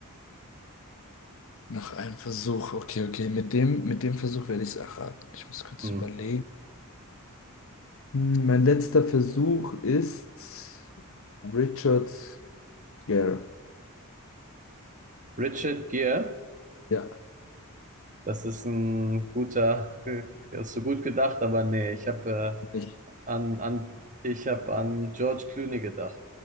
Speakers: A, on the left; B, on the right.
A: Nach einem Versuch. Okay, okay. Mit dem, mit dem Versuch werde ich es erraten. Ich muss kurz
B: Hm.
A: überlegen. Hm, Mein letzter Versuch ist Richard Gere.
B: Richard Gere,
A: Ja,
B: das ist ein guter, <laughs> hast du gut gedacht, aber nee, ich habe
A: ich.
B: äh, an, an, ich habe an George Clooney gedacht.